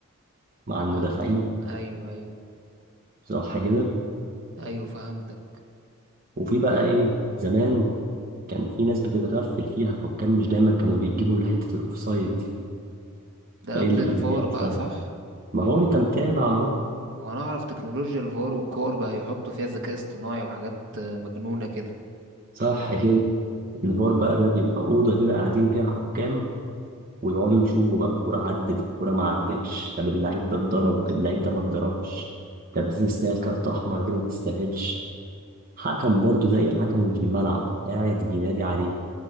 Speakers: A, on the right; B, on the right.
A: مع
B: بعد
A: المدافعين
B: ايوه ايوه
A: صح كده
B: ايوه فهمتك
A: وفي بقى ايه زمان كان في ناس بتتغفل فيها الحكام مش دايما كانوا بيجيبوا حتة الاوفسايد دي
B: ده
A: فايه
B: قبل
A: اللي
B: الفار
A: كان بيحصل
B: بقى صح
A: ما هو انت متابع اهو
B: وانا اعرف تكنولوجيا الفار والكور بقى يحطوا فيها ذكاء اصطناعي وحاجات آه، مجنونة كده
A: صح كده الفار بقى ده بيبقى أوضة كده قاعدين فيها حكام ويقعدوا يشوفوا بقى الكورة عدت الكورة ما عدتش طب اللعيب ده اتضرب اللعيب ده ما اتضربش طب دي تستاهل كارت أحمر دي ما تستاهلش حكم برضه زي الحكم اللي في الملعب قاعد بينادي عليه